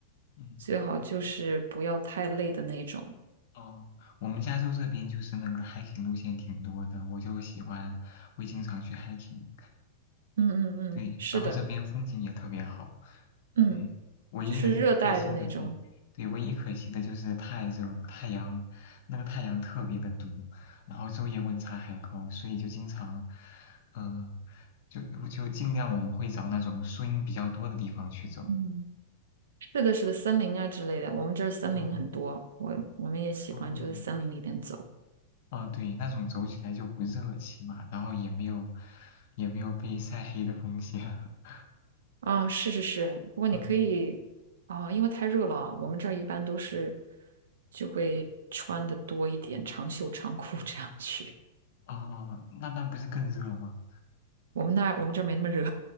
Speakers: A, on the left; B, on the right.
A: 嗯，
B: 最好就是不要太累的那种。
A: 哦，我们加州这边就是那个 hiking 路线挺多的，我就喜欢，会经常去 hiking。
B: 嗯嗯嗯，
A: 对，
B: 是的，
A: 然后这边风景也特别好，
B: 嗯，
A: 嗯，唯一的可惜的，
B: 就是热带的那种。
A: 对，对，唯一可惜的就是太热了太阳那个太阳特别的毒，然后昼夜温差还高，所以就经常，嗯、就就尽量我们会找那种树荫比较多的地方去走。
B: 嗯。是的，是的，森林啊之类的，我们这儿森林很多，
A: 嗯，
B: 我我们也喜欢就在森林里边走
A: 哦，啊，对，那种走起来就不热，起码，然后也没有也没有被晒黑的风险。<laughs>
B: 啊，是是是，不过你可以啊，
A: 嗯，
B: 因为太热了啊，我们这儿一般都是就会穿的多一点，长袖长裤这样去。
A: 哦，那那不是更热吗？
B: 我们那我们这儿没那么热，